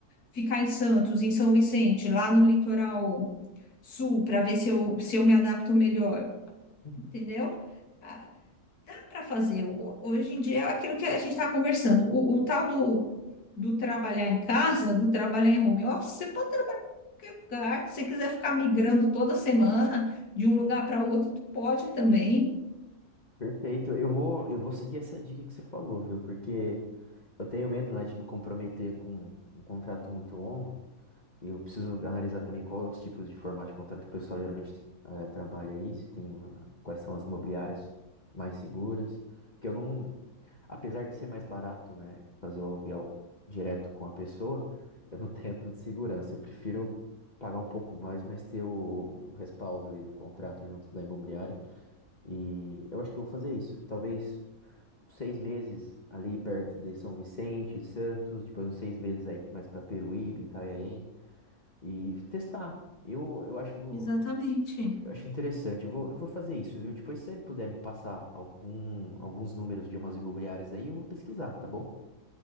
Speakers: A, on the left; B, on the left.
A: ficar em Santos, em São Vicente, lá no litoral sul, para ver se eu, se eu me adapto melhor,
B: Uhum.
A: entendeu? Ah, Dá para fazer. Ho- Hoje em dia é aquilo que a gente está conversando. O, o tal do, do trabalhar em casa, do trabalhar em home office, você pode trabalhar em qualquer lugar. Se você quiser ficar migrando toda semana de um lugar para outro, tu pode também.
B: Perfeito. Eu vou, eu vou seguir essa dica que você falou, viu? Porque eu tenho medo, né, de me comprometer com um contrato muito longo. Eu preciso analisar também quais os tipos de formato de contrato que o pessoal geralmente eh, trabalha aí, se tem uma- quais são as imobiliárias mais seguras. Porque eu não, apesar de ser mais barato, né, fazer o aluguel direto com a pessoa, eu não <laughs> tenho tanta segurança. Eu prefiro pagar um pouco mais, mas ter o, o respaldo ali do contrato junto da imobiliária. E eu acho que eu vou fazer isso. Talvez seis meses ali perto de São Vicente, Santos, depois uns seis meses aí mais para Peruíbe, Itanhaém, e testar. Eu, eu acho,
A: Exatamente.
B: eu acho interessante. Eu vou, eu vou fazer isso, viu? Depois, se você puder me passar algum, alguns números de umas imobiliárias aí, eu vou pesquisar, tá bom?